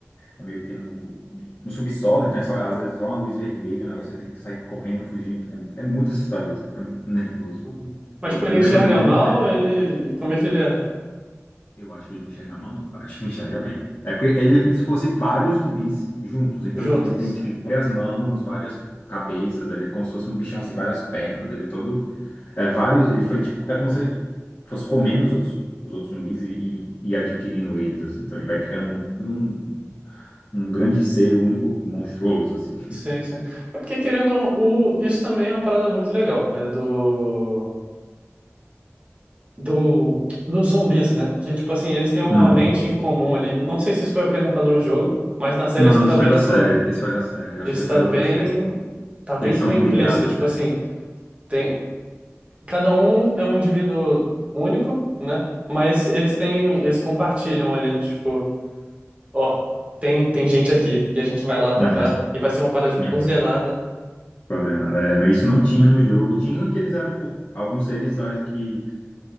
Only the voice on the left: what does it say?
É meio que no, no subsolo, então é só, às vezes é só uma luz vermelha, o negócio você tem que sair correndo, fugindo. É, é muito assustador, você fica nervoso, pô.
Eu,
eu lembro
quando eu demorei
muito tempo.
Eu acho que ele não enxerga mal, não, cara. <laughs> Acho que ele enxerga bem. É porque ele é como se fosse vários zumbis juntos. Então,
tipo, ele tem tipo, várias mãos, várias cabeças, ele é como se fosse um bichão assim, várias pernas, ele é todo. É vários. Ele foi tipo. É como se ele fosse comendo os outros, os outros zumbis e, e, e adquirindo eles, assim. Então ele vai criando um, um, um grande ser único, monstruoso, assim.
Uhum.
Não,
isso
foi da
série. Isso foi da série. Eu achei,
eu
gostei.
Eles
são
ligados,
né?
É,
é.
Coordenando. É, mas isso não tinha no jogo. Tinha que eles eram um pouco. Alguns seres né, que